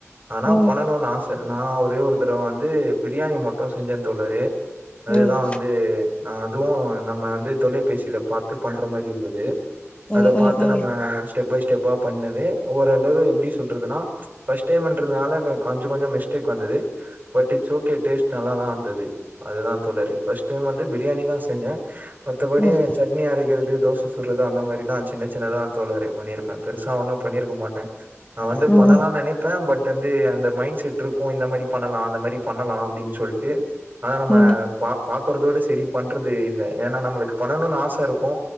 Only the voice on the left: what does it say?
ம்
ம்
ம்
ம் ம்
ம்
ம்
ம் ம்